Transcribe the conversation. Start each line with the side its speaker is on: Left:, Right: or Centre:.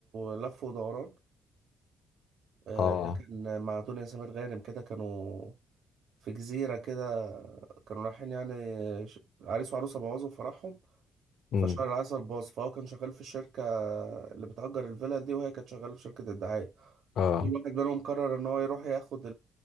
Right: لف ودوران آه،
Left: اه
Right: ده كان مع دنيا سمير غانم كده كانوا في جزيره كده كانوا رايحين يعني ش- عريس وعروسه بوظوا فرحهم
Left: امم
Right: فشهر العسل باظ فهو كان شغال في الشركه اللي بتأجر الفيلا دي وهي كانت شغاله في شركه الدعايه
Left: اه
Right: فكل واحد منهم قرر ان هو يروح ياخد